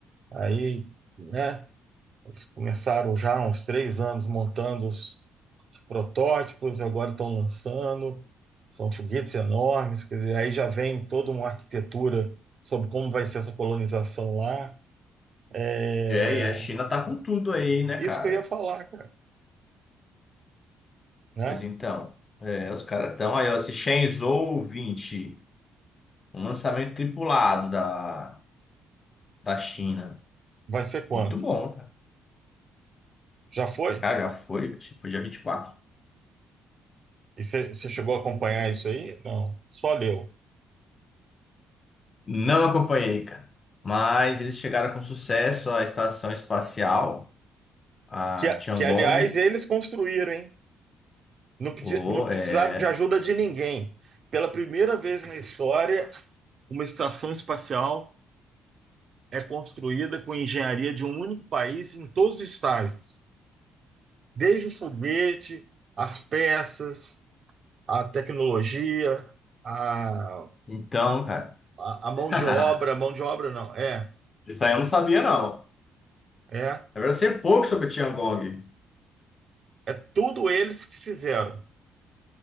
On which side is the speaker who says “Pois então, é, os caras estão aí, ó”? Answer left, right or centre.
Left